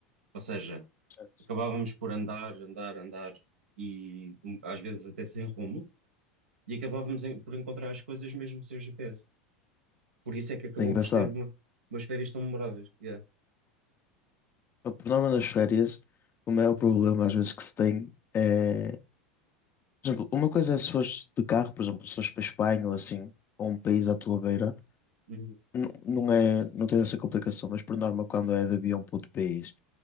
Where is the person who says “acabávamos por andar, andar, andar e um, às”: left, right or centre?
Right